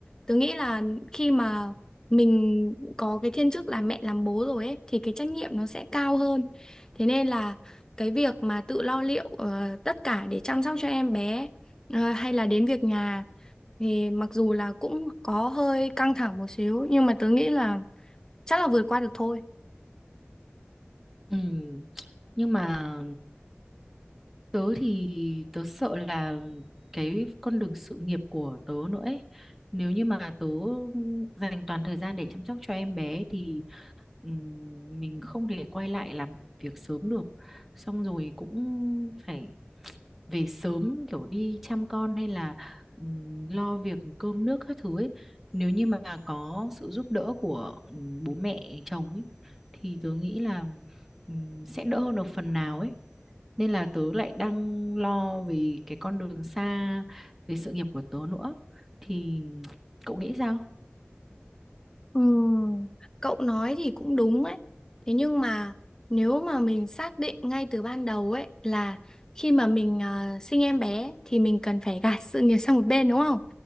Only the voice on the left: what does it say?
tớ nghĩ là khi mà mình có cái thiên chức là mẹ làm bố rồi ấy thì cái trách nhiệm nó sẽ cao hơn thế nên là cái việc mà tự lo liệu ờ, tất cả để chăm sóc cho em bé ờ, hay là đến việc nhà thì mặc dù là cũng có hơi căng thẳng một xíu nhưng mà tớ nghĩ là chắc là vượt qua được thôi.
Ừm, cậu nói thì cũng đúng ấy. Thế nhưng mà nếu mà mình xác định ngay từ ban đầu ấy là khi mà mình ờ, sinh em bé thì mình cần phải gạt sự nghiệp sang một bên đúng không?